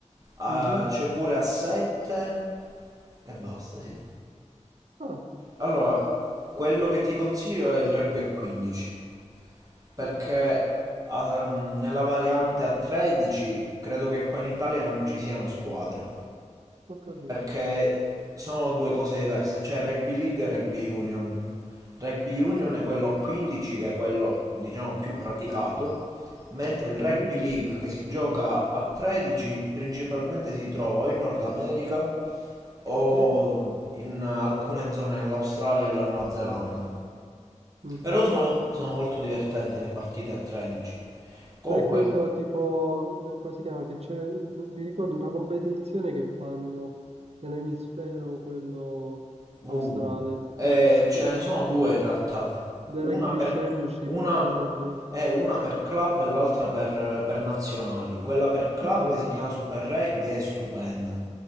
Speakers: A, on the right; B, on the right.
A: eh,
B: Mhm.
A: c'è pure a 7 e basta, sì.
B: Ah,
A: Allora, quello che ti consiglio è il rugby a 15. Perché
B: mm,
A: ah, ehm, nella variante a 13 credo che qua in Italia non ci siano squadre.
B: ho capito.
A: Perché sono due cose diverse, c'è Rugby League e Rugby Union. Rugby Union
B: Mm,
A: è quello a 15 che è quello diciamo più praticato, mentre il Rugby
B: mhm,
A: League che si gioca a 13 principalmente si trova o in Nord America o
B: Ok.
A: in alcune zone dell'Australia e della Nuova Zelanda.
B: mm.
A: Però sono, sono molto divertenti le partite a 13. Comunque,
B: Ma è quello tipo, eh, come si chiama? Che c'è, un- mi ricordo una competizione che fanno nell'emisfero quello
A: Uh,
B: australe.
A: eh,
B: Mm, Come
A: ce ne
B: si-
A: sono due in realtà.
B: The
A: Una
B: Rugby
A: per,
B: Championship,
A: una,
B: una cosa del genere.
A: eh, una per club e l'altra per, per nazionali. Quella per club
B: Ok.
A: si chiama Super Rugby, è stupenda,